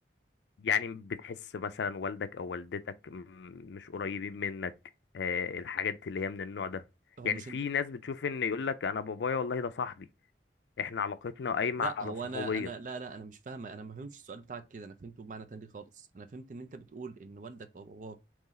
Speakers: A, on the left; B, on the right.
A: يعني بتحس مثلا والدك او والدتك م- مش قريبين منك آه الحاجات اللي هي من النوع ده
B: هو
A: يعني
B: مش
A: في
B: انت
A: ناس بتشوف ان يقول لك انا بابايا والله ده صاحبي احنا علاقتنا قايمة
B: لا
A: على
B: هو
A: صحوبية
B: انا انا لا لا انا مش فاهمه انا ما فهمتش السؤال بتاعك كده انا فهمته بمعنى تاني خالص انا فهمت ان انت بتقول ان والدك او باباك